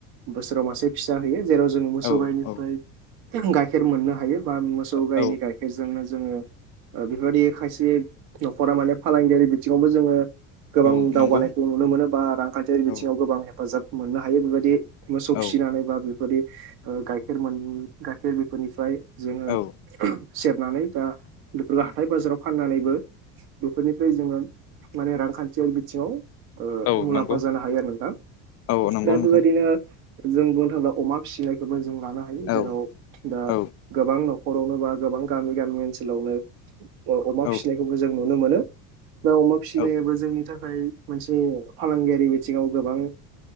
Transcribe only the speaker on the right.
बोसोराव मासे फिसा होयो जेराव जों
मोसौ गाइनिफ्राय
गाइखेर मोननो हायो बा मोसौ गाइनि
गाइखेरजोंनो जोङो ओ‌ बेफोरबायदि खायसे न'खरा माने फालांगियारि बिथिङावबो जोङो गोबां
दावगानायखौ
नुनो मोनो बा रांखान्थियारि
बिथिङाव गोबां हेफाजाब मोननो हायो बेबायदि मोसौ
फिसिनानै बा बेफोरदि गाइखेर मोन गाइखेर बेफोरनिफ्राय जोङो
सेरनानै दा लफोर लााह <unintelligible> हाथाइ बाजाराव फाननानैबो बेफोरनिफ्राय जोङो माने रांखान्थियारि बिथिङाव ओ
मुलाम्फा
जानो हायो आरो नोंथां
दा
बेबायदिनो जों बुंनो थाङोब्ला अमा फिसिनायखौबो जों लानो हायो
जेराव दा
गोबां न'खरावनो बा गोबां गामि गामि ओनसोलावनो अमा
फिसिनायखौबो जों नुनो मोनो दा अमा फिसिनायाबो
जोंनि थाखाय मोनसे जे फालांगियारि बिथिङाव गोबां